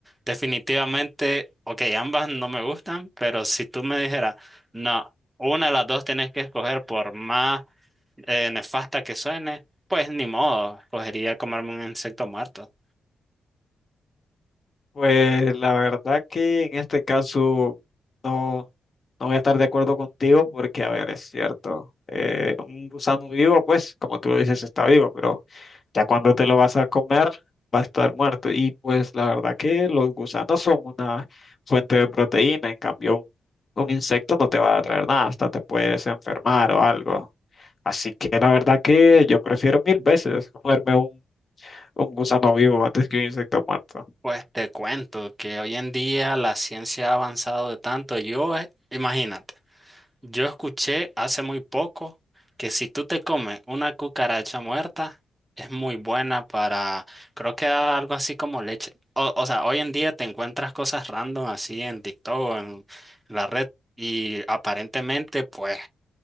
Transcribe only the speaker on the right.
Definitivamente, ok, ambas no me gustan, pero si tú me dijeras, no, una de las dos tienes que escoger por más eh, nefasta que suene, pues ni modo, escogería comerme un insecto muerto.
Pues te cuento que hoy en día la ciencia ha avanzado de tanto, yo, eh, imagínate. Yo escuché hace muy poco que si tú te comes una cucaracha muerta, es muy buena para, creo que algo así como leche. O, o sea, hoy en día te encuentras cosas random así en TikTok o en la red y aparentemente pues,